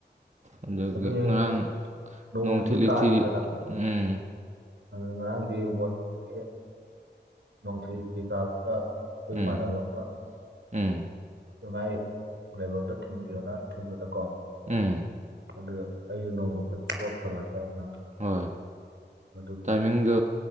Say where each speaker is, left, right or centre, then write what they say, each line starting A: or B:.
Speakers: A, on the right (about 40°); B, on the right (about 85°).
A: ꯑꯗꯨꯒꯤ
B: ꯑꯗꯨꯅꯦ
A: ꯉꯔꯥꯡ
B: ꯅꯣꯡꯗꯨꯁꯨ
A: ꯅꯣꯡ ꯊꯤꯂꯤ
B: ꯇꯥꯗꯦꯗꯅ
A: ꯊꯤꯗꯤ ꯎꯝ
B: ꯑꯗꯨ ꯉꯔꯥꯡꯗꯤ ꯋꯥꯣꯅꯤꯡꯕꯒꯤ ꯅꯣꯡꯊꯤ ꯐꯤ ꯀꯥꯗꯨꯗ ꯈꯣꯏ
A: ꯎꯝ
B: ꯏꯃꯥꯟꯅꯕ ꯑꯃ
A: ꯎꯝ
B: ꯗꯨꯃꯥꯏ ꯂꯩꯕꯛꯗ ꯊꯤꯟꯕꯤꯌꯣꯅ ꯊꯤꯟꯕꯗꯀꯣ
A: ꯎꯝ
B: ꯑꯗꯨꯗ ꯑꯩꯁꯨ ꯅꯣꯡꯗ ꯈꯔꯗ ꯁꯣꯈ꯭ꯔꯕ ꯍꯥꯏꯇꯥꯔꯦ ꯉꯔꯥꯡ
A: ꯍꯣꯏ
B: ꯑꯗꯨꯗ
A: ꯃꯃꯤꯡꯗꯣ